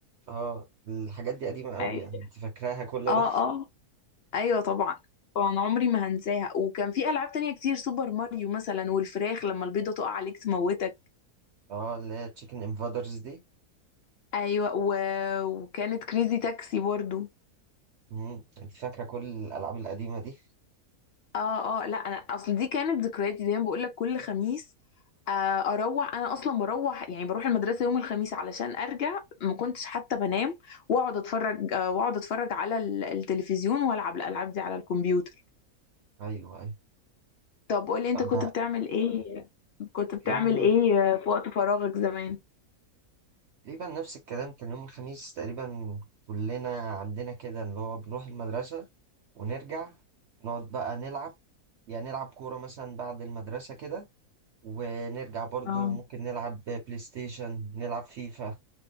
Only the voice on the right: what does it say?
اه الحاجات دي قديمة قوي
يعني انت فاكراها كل
ده
اه اللي هي تشيكن انفادرز دي
مم، انت فاكرة كل الالعاب القديمة دي
ايوه ايوه
طب
يوم ال-
تقريبا نفس الكلام كان يوم الخميس تقريبا كلنا عندنا كده اللي هو بنروح المدرسة ونرجع نقعد بقى نلعب يعني نلعب كورة مثلا بعد المدرسة كده ونرجع برضو
ممكن نلعب بلاي ستيشن نلعب فيفا